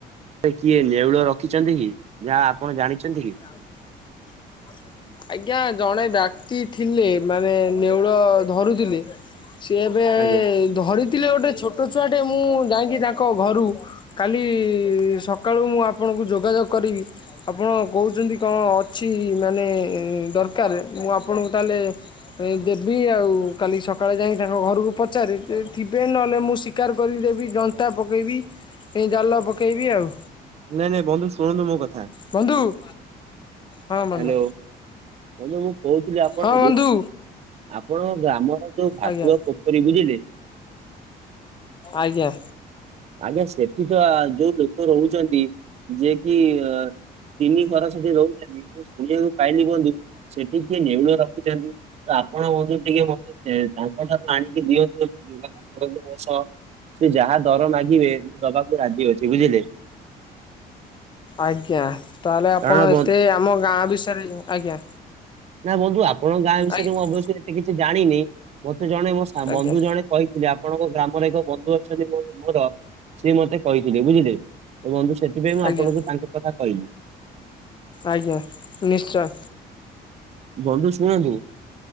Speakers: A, on the right; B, on the left.
A: ଏ କିଏ ନେଉଳ ରଖିଛନ୍ତି କି ଯାହା ଆପଣ ଜାଣିଛନ୍ତି କି?
B: ଆଉ ଆଉ। ଆଜ୍ଞା ଜଣେ ବ୍ୟାକ୍ତି ଥିଲେ ମାନେ ନେଉଳ ଧରୁଥିଲେ। ସେ ଏବେ
A: ଆଜ୍ଞା
B: ଧରିଥିଲେ ଗୋଟେ ଛୋଟ ଛୁଆଟେ ମୁଁ ଯାଇକି ତାଙ୍କ ଘରୁ କାଲି ସକାଳୁ ମୁଁ ଆପଣଙ୍କୁ ଯୋଗାଯୋଗ କରିବି ଆପଣ କହୁଛନ୍ତି କଣ ଅଛି ମାନେ ଦରକାର ମୁଁ ଆପଣଙ୍କୁ ତାହେଲେ। ଏ ଦେବି ଆଉ କାଲି ସକାଳେ ଯାଇଁ ତାଙ୍କ ଘରକୁ ପଚାରେ ଥିବେ ନହେଲେ ମୁଁ ଶିଖ୍ ଶିକାର କରିକି ଦେବି ଜନ୍ତା ପକେଇବି ଏ ଜାଲ ପକେଇବି ଆଉ।
A: ନାଇଁ ନାଇଁ ବନ୍ଧୁ ଶୁଣନ୍ତୁ ମୋ କଥା।
B: ବନ୍ଧୁ। ହଁ ବନ୍ଧୁ
A: ହାଲୋ ବନ୍ଧୁ ମୁଁ କହୁଥିଲି ଆପଣଙ୍କୁ।
B: ହଁ ବନ୍ଧୁ
A: ଆପଣ ଗ୍ରାମର ଯୋଉ ଭାତୁଆ
B: ଆଜ୍ଞା
A: ପୋଖରୀ ବୁଝିଲେ।
B: ଆଜ୍ଞା।
A: ଆଜ୍ଞା ସେଠି ତ ଯୋଉ ଲୋକ ରହୁଚନ୍ତି। ଯେ କିି ଅ ତିନି ବରଷକେ ରହୁଛନ୍ତି ମୁଁ ଶୁଣିବାକୁ ପାଇଲି ବନ୍ଧୁ ସେଟି କିଏ ନେଉଳ ର ରଖିଛନ୍ତି ତ ଆପଣ ବନ୍ଧୁ ଟିକେ ମତେ ସେ ତାଙ୍କ ଠାରୁ ଆଣିକି ଦିଅନ୍ତୁ। <unintelligible> ସେ ଯାହା ଦର ମାଗିବେ ଦବାକୁ ରାଜି ଅଛି ବୁଝିଲେ।
B: ଆଜ୍ଞା ତାହେଲେ ଆପଣ
A: କାରଣ
B: ଏତେ
A: ବନ୍ଧୁ
B: ଆମ ଗାଁ ବିଷୟରେ ଆଜ୍ଞା।
A: ନା ବନ୍ଧୁ ଆପଣଙ୍କ ଗାଁ ବିଷୟରେ
B: ଆଜ୍ଞା
A: ମୁଁ ଅବଶ୍ୟ ଏତେ କିଛି ଜାଣିନି ମତେ ଜଣେ ମୋ ସା
B: ଆଜ୍ଞା
A: ବନ୍ଧୁ ଜଣେ। କହିଥିଲେ ଆପଣଙ୍କ ଗ୍ରାମରେ ଏକ ବନ୍ଧୁ ଅଛନ୍ତି ମୋ ମୋର ସିଏ ମତେ କହିଥିଲେ ବୁଝିଲେ। ତ ବନ୍ଧୁ ସେଥିପାଇଁ ମୁଁ
B: ଆଜ୍ଞା
A: ଆପଣଙ୍କୁ ତାଙ୍କ କଥା କହିଲି।
B: ଆଜ୍ଞା ନିଶ୍ଚୟ।
A: ବନ୍ଧୁ ଶୁଣନ୍ତୁ।